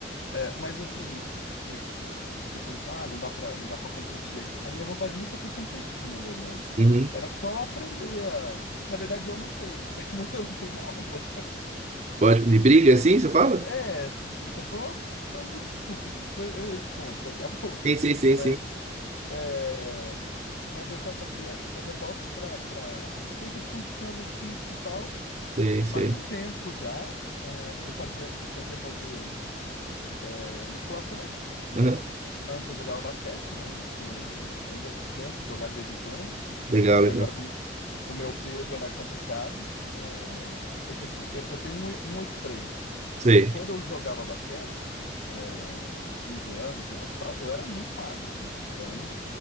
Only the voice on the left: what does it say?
é, mas assim, porque, eh, o que você falou assim, ah, não dá pra, não dá pra competir aqui. A minha vontade nunca foi competir, na verdade.
Era só aprender a... Na verdade, eu lutei, <laughs> mas eu lutei na rua.
É, t- puta, foi, uma- foi muito estúpido. Depois eu, eu te conto daqui a <laughs> pouco.
Mas
É, mas eu fazia, eu fazia boxe pra, pra, por conta de condicionamento físico e tal.
Faz um tempo já. É, eu fazia, eu comecei a fazer é, musculação.
Antes eu jogava basquete, né? Eh, ainda tento jogar de vez em quando,
só que
agora com com o meu peso é mais complicado, eh, porque assim, eu, eu tenho um 1,83. E oitenta e
três, e quando eu jogava basquete, eh, com 15 anos, né, tal, eu era muito magro, né? Então